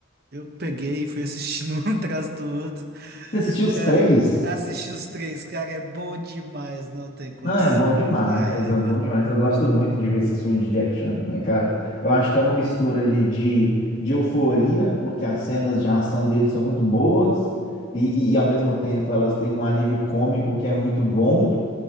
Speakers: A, on the right; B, on the left.
A: Eu peguei e fui assistindo <laughs> um atrás do outro.
B: Você assistiu os
A: Cara,
B: três?
A: assisti os três, cara, é bom demais, não tem condição,
B: Não, é bom demais,
A: velho.
B: é bom demais. Eu gosto muito de ver esse filme de Jack Chan também, cara. Eu acho que é uma mistura ali de, de euforia, porque as cenas de ação dele são muito boas, e, e, e, ao mesmo tempo elas têm um alívio cômico que é muito bom,